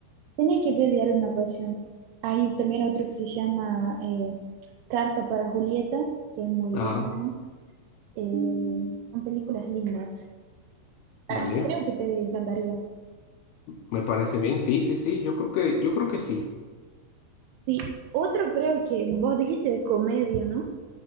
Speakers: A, on the right (about 80°); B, on the left (about 80°).
A: Tenés que ver Diario de una Pasión. Hay también otro que se llama eh, Carta para Julieta, que es muy
B: Ajá,
A: buena. Eh, son películas lindas.
B: vale.
A: Ah, creo que te encantaría.
B: Me parece bien, sí, sí, sí, yo creo que, yo creo que sí.
A: Sí, otro creo que vos dijiste de comedia, ¿no?